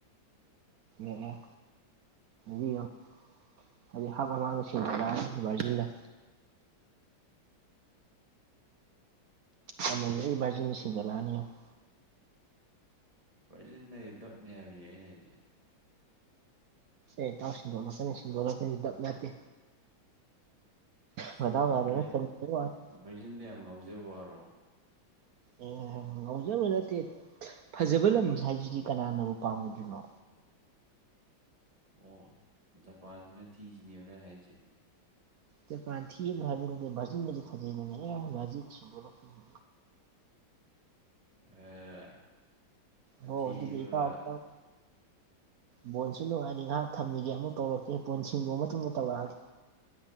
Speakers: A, on the right; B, on the right.
A: ꯑꯦꯑꯦ <unintelligible> ꯍꯧꯖꯤꯛ ꯍꯥꯞ ꯃꯃꯥꯡꯗ ꯁꯤꯡꯗꯣꯛ ꯔꯛ ꯑꯏꯤ ꯚꯥꯔꯖꯤꯟꯅ ꯑꯩꯕꯖꯤ ꯕꯔꯖꯤꯟ ꯁꯤꯡꯗꯣꯛ ꯂꯑꯅꯤ ꯌꯦꯡꯉꯣ
B: ꯕꯔꯖꯤꯟ ꯍꯗꯤ ꯗꯞꯅꯦ ꯍꯥꯏꯕꯅꯤ ꯑꯩꯅ ꯍꯥꯏꯗꯤ
A: ꯑꯦ ꯇꯥꯎ ꯁꯤꯟꯗꯣꯛꯂꯛꯀꯅꯤ ꯁꯤꯟꯗꯣꯛꯂꯛꯀꯅꯤ ꯗꯞ ꯅꯠꯇꯦ
B: ꯑꯁ
A: ꯃꯗꯥꯎ
B: ꯌꯥꯝ
A: ꯌꯥꯗꯅ
B: ꯚꯔꯖꯤꯟ
A: ꯆꯟꯈꯤꯕꯩ ꯋꯥꯅꯤ
B: ꯚꯔꯖꯤꯟꯗ ꯌꯥꯝ ꯉꯥꯎꯖꯕ ꯋꯥꯔꯣ
A: ꯑꯦ ꯉꯥꯎꯖꯕ ꯅꯠꯇꯦ ꯐꯖꯕ ꯂꯝ ꯍꯥꯏꯁꯤꯗꯤ ꯀꯅꯥꯅꯕꯨ ꯄꯥꯝꯃꯨꯗꯣꯢꯅꯣ
B: ꯑꯣ ꯖꯄꯥꯟꯁꯤꯅ ꯊꯤꯁꯤꯅꯦꯕ ꯅꯪ ꯍꯥꯏꯁꯦ
A: ꯖꯄꯥꯟ ꯊꯤ ꯍꯥꯢꯕ ꯅꯠꯇꯦ ꯕꯔꯖꯤꯟ ꯁꯤꯗꯤ ꯐꯖꯩꯕꯅꯦꯍꯦ ꯕꯔꯖꯤꯟꯗꯤ ꯁꯤꯡꯗꯣꯔꯛ ꯀꯅꯤ
B: ꯑꯦ ꯑꯊꯤꯕꯔꯥ
A: ꯍꯣ ꯑꯗꯨꯗꯤ ꯏꯇꯥꯎ ꯏꯇꯥꯎ ꯕꯣꯟꯁꯨ ꯅꯨꯉꯥꯢꯔꯤ ꯉꯥꯏꯍꯥꯛ ꯊꯝꯒꯤꯒꯦ ꯑꯃꯨꯛ ꯇꯧꯔꯛꯀꯦ ꯕꯣꯟ ꯁꯤꯡꯗꯣꯛꯑ ꯃꯇꯨꯡꯗ ꯇꯧꯔꯛ ꯑꯒꯦ